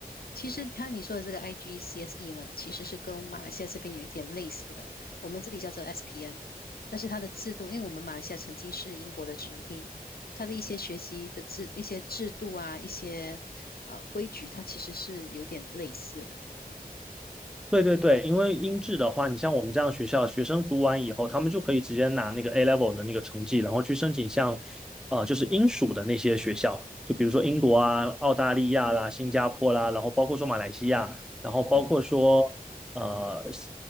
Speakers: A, on the left; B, in the centre.
A: 其实他你说的这个 IGCSE 呢，其实是跟马来西亚这边有一点类似的，我们这里叫做 SPM，但是它的制度，因为我们马来西亚曾经是英国的殖民地嘛，它的一些学习的制、一些制度啊、一些呃规矩，它其实是有点类似的。
B: 对对对，因为英制的话，你像我们这样学校，学生读完以后，他们就可以直接拿那个 A level 的那个成绩，然后去申请像，呃，就是英属的那些学校，就比如说英国啊、澳大利亚啦、新加坡啦，然后包括说马来西亚，然后包括说呃新
A: 嗯，